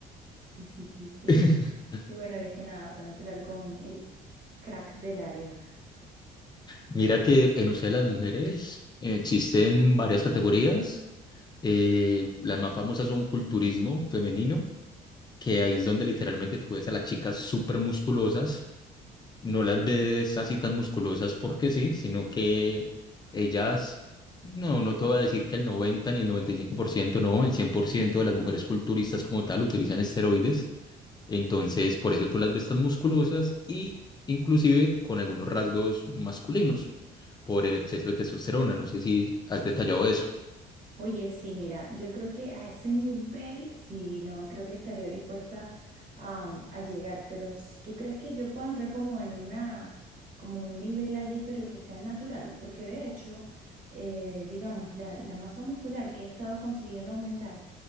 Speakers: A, on the right (about 50°); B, on the left (about 25°).
A: Sí, sí, sí, sí.
B: <laughs>
A: Y bueno, dije nada, tengo que hablar con el crack del área.
B: Mira que en Usted las mujeres eh, existen varias categorías. Eh, las más famosas son culturismo femenino, que ahí es donde literalmente tú ves a las chicas súper musculosas no las ves así tan musculosas porque sí, sino que ellas, no, no te voy a decir que el 90 ni el 95%, no, el 100% de las mujeres culturistas como tal utilizan esteroides, entonces por eso tú las ves tan musculosas y inclusive con algunos rasgos masculinos por el exceso de testosterona, no sé si has detallado eso.
A: Oye, sí, mira, yo creo que a ese nivel, sí, no, creo que estaría dispuesta a, a llegar, pero s- ¿tú crees que yo puedo entrar como en una, como un nivel allí, pero que sea natural? Porque de hecho, eh, digamos, la, la masa muscular que he estado consiguiendo aumentar